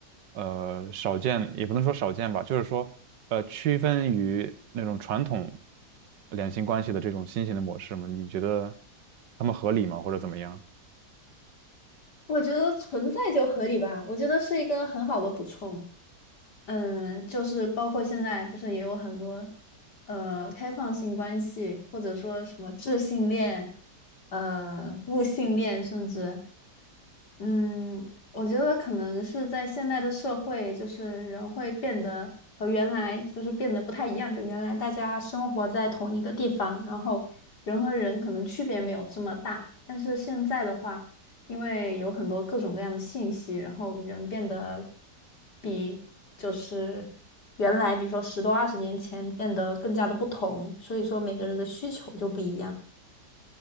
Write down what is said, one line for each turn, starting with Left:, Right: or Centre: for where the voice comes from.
Right: 呃，少见，也不能说少见吧，就是说，呃，区分于那种传统两性关系的这种新型的模式吗？你觉得他们合理吗，或者怎么样？
Left: 我觉得存在就合理吧，我觉得是一个很好的补充。嗯，就是包括现在不是也有很多呃开放性关系，或者说什么智性恋、呃物性恋，甚至。嗯，我觉得可能是在现代的社会，就是人会变得和原来就是变得不太一样。就原来大家生活在同一个地方，然后人和人可能区别没有这么大。但是现在的话，因为有很多各种各样的信息，然后人变得比就是原来，比如说十多二十年前变得更加的不同，所以说每个人的需求就不一样。